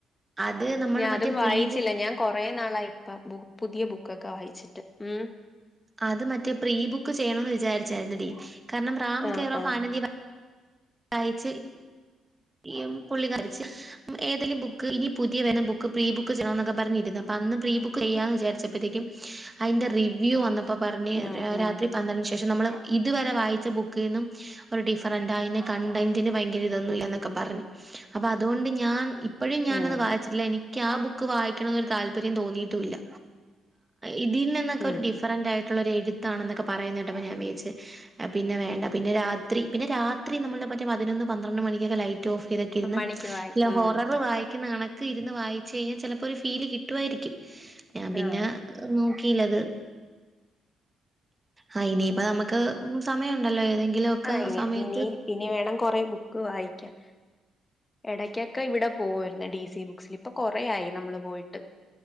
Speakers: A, on the right; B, on the left.
A: അത് നമ്മള്
B: ഞാനും
A: മറ്റേ
B: വായിച്ചില്ല
A: പ്രീ ബുക്ക്
B: ഞാൻ കൊറേ നാളായിപ്പം പുതിയ ബുക്കൊക്കെ വായിച്ചിട്ട് ഉം
A: അത് മറ്റേ പ്രീബുക്ക് ചെയ്യണമന്ന് വിചാരിച്ചായിരുന്നെടി കാരണം റാം
B: ആഹ്
A: കേ ഓഫ്
B: ആഹ്
A: ആനന്ദ അയച്ച് ഈ പുള്ളി കരിച്ച് ഏതേലും ബുക്ക് ഇനി പുതിയ വരുന്ന ബുക്ക് പ്രീ ബുക്ക് ചെയ്യണമെന്നൊക്കെ പറഞ്ഞിരുന്നു അപ്പൊ അന്ന് പ്രീ ബുക്ക് ചെയ്യാന്ന് വിചാരിച്ചപ്പോഴത്തേക്കും അതിന്റെ റിവ്യൂ വന്നപ്പോ പറഞ്ഞ്
B: ഉം ഉം
A: രാത്രി പന്ത്രച് പക്ഷെ നമ്മള് ഇതുവരെ വായിച്ച ബുക്കിൽ നിന്നും ഒരു ഡിഫറൻറ് ആയി കണ്ടന്റിന് ഭയങ്കര ഇതൊന്നുവില്ല ന്നൊക്കെ പറഞ്ഞു അപ്പൊ അതുകൊണ്ട് ഞാൻ ഇപ്പോഴും ഞാനത്
B: ഉം
A: വായിച്ചിട്ടില്ല എനിക്ക് ആഹ് ബുക്ക് വായിക്കണം എന്നൊരു താല്പര്യം തോന്നിയിട്ടുവില്ല ഇതിൽ നിന്നൊക്കെ
B: ഉം
A: ഒരു ഡിഫ കറന്റായിട്ടുള്ള ഒരു എഴുത്താണൊന്നൊക്കെ പറയുന്നു കേട്ടപ്പം ഞാൻ വിചാരിച്ച് പിന്നെ വേണ്ട പിന്നെ രാത്രി പിന്നെ രാത്രി നമ്മളെ മറ്റേ പതിനൊന്ന്. പന്ത്രണ്ട് മണിക്കൊക്കെ ലൈറ്റ് ഓഫ്ചെയിതിട്ടിരുന്ന്
B: മണിക്ക് വായി
A: ഞാൻ
B: ഉം
A: ഹൊററ് വായിക്കുന്നതാണ് ഇരുന്ന് വായിച്ചു കഴിഞ്ഞാൽ ചിലപ്പോ ഒരു ഫീല് കിട്ടുവായിരിക്കും ഞാൻ പിന്നെ
B: ആഹ്
A: നോക്കിയില്ലത് ആഹ് ഇനി ഇപ്പൊ നമുക്ക് ഉം സമയമുണ്ടല്ലോ ഏതെങ്കിലും ഒക്കെ
B: ആഹ് ഇനി
A: സമയത്ത്
B: ഇനി ഇനി വേണം കൊറെ ബുക്ക് വായിക്കാൻ ഇടക്കൊക്കെ ഇവിടെ പോകുവമായിരുന്നു ഡിസി ബുക്സിൽ ഇപ്പൊ കൊറേ ആയി നമ്മള് പോയിട്ട്